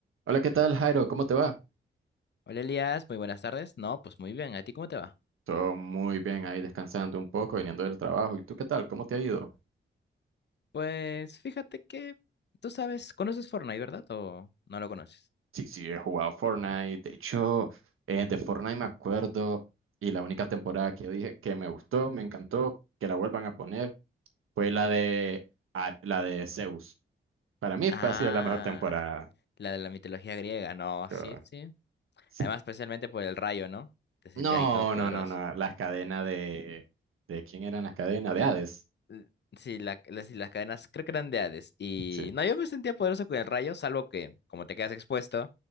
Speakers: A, on the right; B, on the left.
A: Hola, ¿qué tal, Jairo? ¿Cómo te va?
B: Hola Elías, muy buenas tardes. No, pues muy bien. ¿A ti cómo te va?
A: Todo muy bien ahí descansando un poco, viniendo del trabajo. ¿Y tú qué tal? ¿Cómo te ha ido?
B: Pues fíjate que tú sabes, conoces Fortnite, ¿verdad? ¿O no lo conoces?
A: Sí, sí, he jugado Fortnite. De hecho, eh, de Fortnite me acuerdo y la única temporada que yo dije que me gustó, me encantó, que la vuelvan a poner, fue la de, Ar- la de Zeus. Para mí
B: Ah,
A: fue, ha sido la mejor temporada.
B: la de la mitología griega. No,
A: Yo-
B: sí, sí.
A: sí.
B: Además, especialmente por el rayo, ¿no? Te sentías
A: No,
B: ahí todopoderoso.
A: no, no, no. Las cadenas de... ¿De quién eran las cadenas? De Hades.
B: L- Sí, la- las, las cadenas creo que eran de Hades. Y
A: Sí.
B: no, yo me sentía poderoso con el rayo, salvo que como te quedas expuesto,